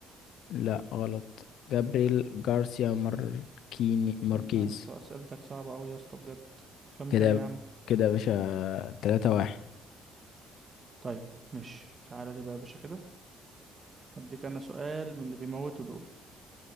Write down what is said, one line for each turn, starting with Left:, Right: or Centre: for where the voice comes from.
Left: لا غلط جابريل غارسيا ماركيني ماركيز
Right: انت يا اسطى اسئلتك صعبه قوي يا اسطى بجد كم
Left: كده
Right: كم يا عم
Left: كده يا باشا تلاتة واحد
Right: طيب ماشي تعالى لي بقى يا باشا كده هديك انا سؤال من اللي بيموتوا دول